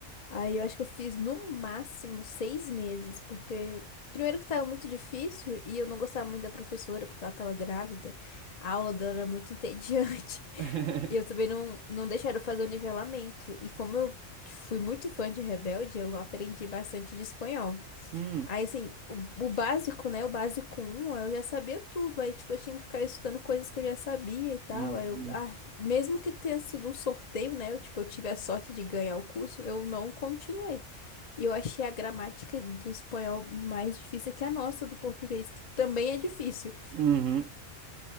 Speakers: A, on the left (about 40°); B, on the right (about 85°).
A: Aí eu acho que eu fiz no máximo seis meses, porque primeiro que estava muito difícil e eu não gostava muito da professora, porque ela estava grávida, a aula dela era muito entediante. <laughs>
B: <laughs>
A: E eu também não, não deixaram eu fazer o nivelamento. E como eu fui muito fã de Rebelde, eu aprendi bastante de espanhol.
B: hum,
A: Aí, assim, o, o básico, né? O básico um eu já sabia tudo. Aí, tipo, eu tinha que ficar estudando coisas que eu já sabia e tal.
B: hum,
A: Aí eu, ah, mesmo que tenha sido um sorteio, né? Eu, tipo, eu tive a sorte de ganhar o curso, eu não continuei. E eu achei a gramática do espanhol mais difícil que a nossa, do português, que também é difícil.
B: uhum.